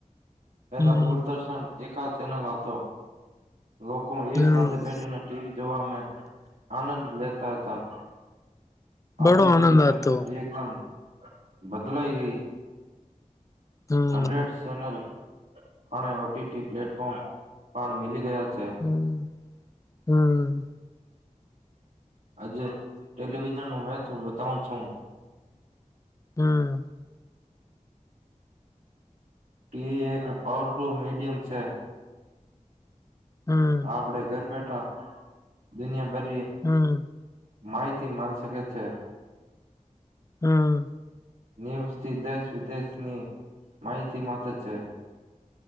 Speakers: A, on the right (about 70°); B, on the left (about 25°).
A: પેલા
B: હમ
A: દૂરદર્શન એકાદ. ચેનલ હતો લોકો એક
B: હમ
A: સાથે બેઠીને ટીવી જોવા મે આનંદ લેતા. ત હતા.
B: બડો
A: આજે
B: આનંદ
A: તો સિચ્યુએશન
B: આતો
A: એકદમ. બદલાઈ ગઈ.
B: હમ
A: હંડ્રેડ સનલ. અને ઓટીટી પ્લેટફોર્મ પણ મીલી ગયા છે
B: હમ્મ હમ્મ
A: આજે ટેલિવિઝન નું મ તો બતાઉ છું.
B: હમ્મ
A: ટીવી એક પાવરફુલ મીડિયમ છે.
B: હમ
A: આપડે ઘર બેઠા. દુનિયા બધ.
B: હમ્મ
A: માહિતી મળ શકે છે.
B: હમ્મ
A: ન્યૂઝથી દેશ વિદેશની માહિતી મતે છે.